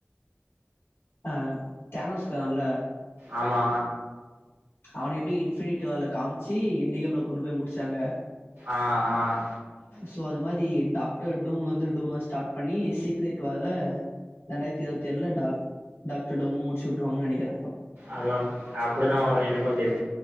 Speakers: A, on the left; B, on the right.
A: ஆஹ் தேனோஸ்கான்ல்ல
B: ஆமா
A: அவ எப்பிடி இன்ஃபினிட் வேல காமிச்சு எண்ட்கேம்ல கொண்டு போய் முடிச்சாங்க
B: ஆஹ் ஆஹ்
A: சோ அது மாரி டாக்டர் டூம் வந்து டூம ஸ்டார்ட் பண்ணி சீக்ரட் வால ரெண்டாயிரத்தி இருவத்தேல்ல ட டாக்டர் டூம்ம முடிச்சுவுட்ருவாங்கன்னு நெனைக்கிறே
B: அதுவு அப்பிடிதா வரு எனக்கு தெரி